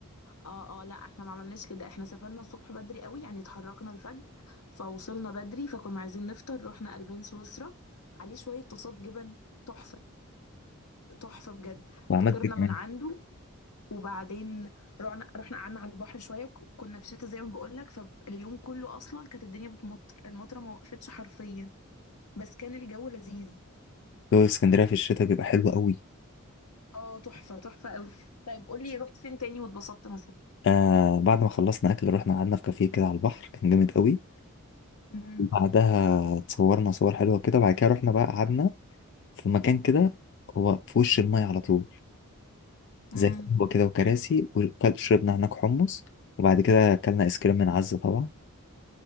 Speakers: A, on the left (about 85°); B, on the left (about 55°).
A: اه اه لا احنا ما عملناش كده احنا سافرنا الصبح بدري قوي يعني اتحركنا الفجر فوصلنا بدري فكنا عايزين نفطر رحنا البان سويسرا عليه شويه طاسات جبن تحفه تحفه بجد
B: وعملت
A: فطرنا
B: إيه كمان
A: من عنده وبعدين رحنا رحنا قعدنا على البحر شويه وك- كنا في شتا زي ما بقول لك فاليوم كله اصلا كانت الدنيا بتمطر المطره ما وقفتش حرفيا بس كان الجو لذيذ
B: جو اسكندريه في الشتاء بيبقى حلو قوي
A: اه تحفه تحفه قوي طيب قولي رحت فين تاني واتبسطت مثلا
B: آه بعد ما خلصنا اكل رحنا قعدنا في كافيه كده على البحر كان جامد قوي
A: مم.
B: بعدها اتصورنا صور حلوه كده بعد كده رحنا بقى قعدنا في مكان كده هو في وش المايه على طول
A: امم
B: زي قهوه كده وكراسي وشربنا هناك حمص وبعد كده اكلنا ايس كريم من عزه طبعا